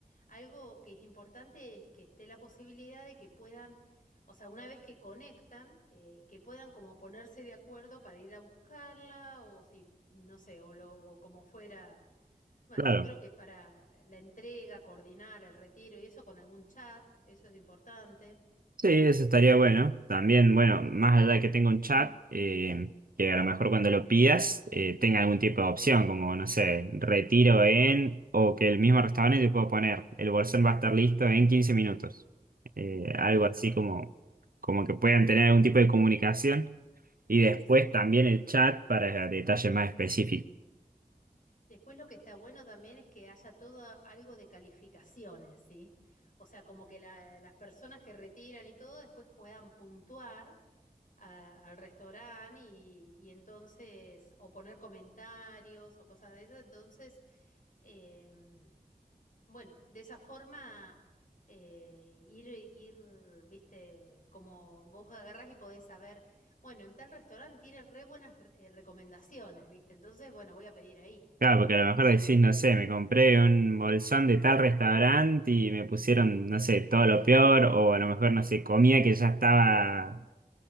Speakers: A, on the left; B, on the right.
A: algo que es importante es que esté la posibilidad de que puedan, o sea, una vez que conectan, eh, que puedan como ponerse de acuerdo para ir a buscarla o si, no sé, o, lo, o como fuera Bueno,
B: Claro.
A: yo creo que para la entrega, coordinar el retiro y eso con algún chat, eso es importante.
B: Sí, eso estaría bueno. También, bueno, más allá de que tenga un chat, eh, que a lo mejor cuando lo pidas eh, tenga algún tipo de opción, como, no sé, retiro en, o que el mismo restaurante te pueda poner, el bolsón va a estar listo en 15 minutos. Eh, algo
A: Claro,
B: así como, como que puedan tener algún tipo de comunicación. Y
A: sí,
B: después
A: sí.
B: también el chat para detalles más específicos.
A: Después lo que está bueno también es que haya todo algo de calificaciones, ¿sí? O sea, como que la- las personas que retiran y todo después puedan puntuar a- al restaurante y, y entonces, o poner comentarios o cosas de esas, entonces... em, Bueno, de esa forma eh, ir, ir, viste, como vos agarrás y podés saber, bueno, en tal restaurante tiene re buenas re- eh, recomendaciones, viste, entonces, bueno, voy a pedir ahí.
B: Claro, porque a lo mejor decís,
A: Sí,
B: no sé, me compré un bolsón de tal restaurante y me pusieron, no sé, todo lo peor, o a lo mejor, no sé, comida que ya estaba,